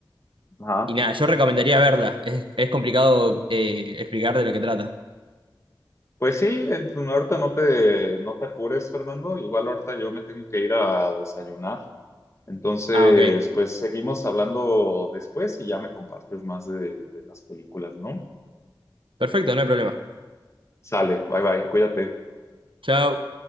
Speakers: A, on the left; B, on the right.
A: Ajá.
B: Y nada, yo recomendaría verla. Es, es complicado eh, explicar de lo que trata.
A: Pues sí, eh, ahorita no te, no te apures, Fernando. Igual ahorita yo me tengo que ir a desayunar. Entonces,
B: Ah, ok.
A: pues seguimos hablando después y ya me compartes más de, de las películas, ¿no?
B: Perfecto, no hay problema.
A: Sale, bye bye, cuídate.
B: Chao.